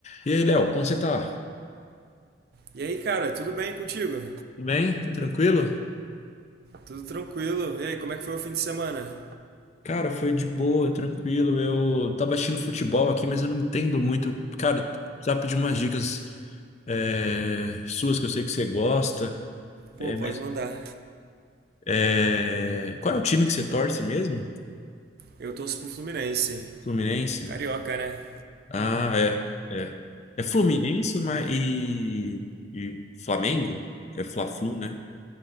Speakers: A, on the left; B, on the right.
A: E aí, Léo, como você tá?
B: E aí, cara, tudo bem contigo?
A: Tudo bem? Tá tranquilo?
B: Tudo tranquilo? E aí, como é que foi o fim de semana?
A: Cara, foi de boa, tranquilo. Eu tava assistindo futebol aqui, mas eu não entendo muito. Cara, já pedi umas dicas é, suas que eu sei que você gosta.
B: Pô,
A: É,
B: pode
A: mas,
B: mandar.
A: é, qual é o time que você torce mesmo?
B: Eu torço pro Fluminense.
A: Fluminense?
B: Carioca, né?
A: Ah, é. É, é Fluminense ma- e, e Flamengo? Que é Fla-Flu, né?